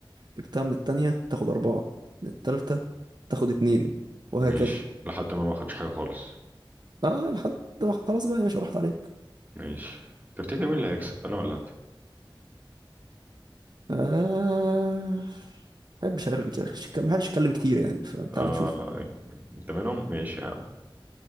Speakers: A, on the right; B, on the right.
A: جبتها من التانية تاخد أربعة من التالتة تاخد اتنين وهكذا
B: ماشي لحد ما ما اخدش حاجه خالص
A: اه لحد ما خلاص بقى يا باشا راحت عليك
B: ماشي تفتكر مين اللي هيكسب انا ولا انت
A: آه بحبش أرجع ما بحبش أتكلم كتير يعني فتعال
B: اه
A: نشوف
B: انت منهم ماشي يا عم